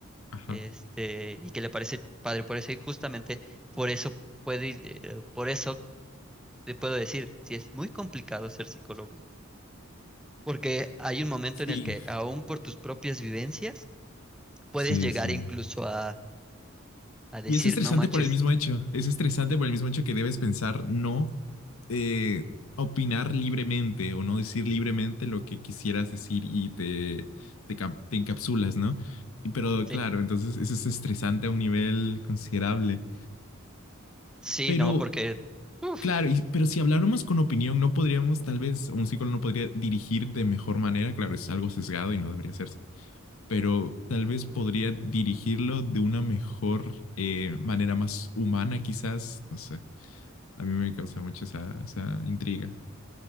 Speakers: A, on the left (about 85°); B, in the centre.
A: Ajá.
B: Este, y que le parece padre por eso y justamente por eso puede, ir, eh, por eso te puedo decir, si es muy complicado ser psicólogo, porque hay un momento
A: Sí,
B: en el que aún por tus propias vivencias puedes
A: Sí,
B: llegar
A: sí.
B: incluso a, a decir,
A: Y es estresante
B: no manches,
A: por el mismo hecho. Es estresante por el mismo hecho que debes pensar no eh, opinar libremente o no decir libremente lo que quisieras decir y te,
B: mm,
A: te, cap- te encapsulas, ¿no? Y, pero
B: sí,
A: claro, entonces eso es estresante a un nivel considerable.
B: sí,
A: Pero
B: no, porque, uff,
A: claro, y- pero si habláramos con opinión, no podríamos, tal vez, un psicólogo no podría dirigir de mejor manera. Claro, es algo sesgado y no debería hacerse pero tal vez podría dirigirlo de una mejor eh, manera más humana, quizás. No sé. A mí me causa mucho esa, esa intriga.